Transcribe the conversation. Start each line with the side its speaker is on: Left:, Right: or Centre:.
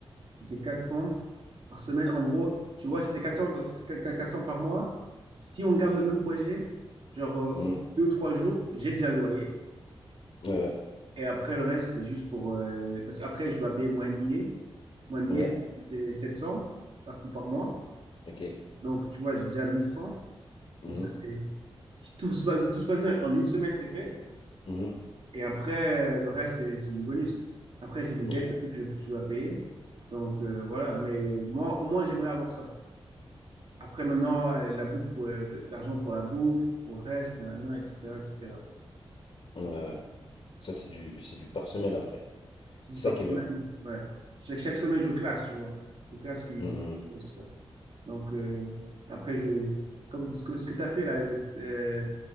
Right: Si c'est 400 par semaine, en gros, tu vois, si c'est quatre cents quatre cents par mois, si on garde le même projet, genre euh,
Left: Mhm.
Right: au bout de deux, trois jours, j'ai déjà le loyer.
Left: Ouais,
Right: Et après, le reste, c'est juste pour... euh, parce qu'après, je dois payer mon MBA. Mon MBA,
Left: ouais, ouais.
Right: c'est c'est 700 par, par mois.
Left: ok.
Right: Donc, tu vois, j'ai déjà mille cent,
Left: Mhm.
Right: Donc, ça, c'est... Si tout se passe, tout se passe bien, en une semaine, c'est fait.
Left: Mhm.
Right: Et après, euh, le reste, c'est c'est du bonus. Après, j'ai des dettes
Left: Ouais,
Right: aussi que je, que je dois payer. Donc, euh, voilà. Mais moi, au moins, j'aimerais avoir ça. Après, maintenant, euh, la bouffe pour euh, l'argent pour la bouffe, pour le reste, nanana, etc., etc.
Left: ouais.
Right: Donc,
Left: ouais. Ça, c'est du, c'est du par semaine après.
Right: si
Left: C'est
Right: je pars
Left: ça qui est
Right: semaine,
Left: bien.
Right: ouais. Chaque, chaque semaine, je classe, tu vois. Je classe qui-
Left: Mhm.
Right: ce- qui- et tout ça. Donc, euh, après, je vais. Comme ce que, ce que tu as fait, là, euh,